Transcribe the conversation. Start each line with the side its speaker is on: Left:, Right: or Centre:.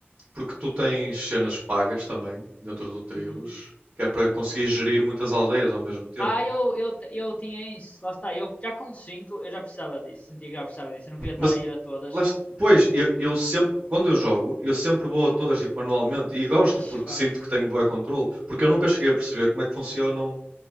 Right: Porque tu tens cenas pagas também dentro do Tribos,
Left: Uhum.
Right: que é para conseguir gerir muitas aldeias ao mesmo tempo.
Left: Ah, eu, eu, te- eu tinha isso, lá está, eu já com 5. eu já precisava disso, sentia que já precisava disso, eu não queria estar
Right: Mas,
Left: a ir a todas.
Right: lá está- pois, eu, eu sempre, quando eu jogo, eu sempre vou a todas tipo, manualmente e gosto
Left: Ixi,
Right: porque
Left: fuck.
Right: sinto que tenho bom controle, porque eu nunca cheguei a perceber como é que funcionam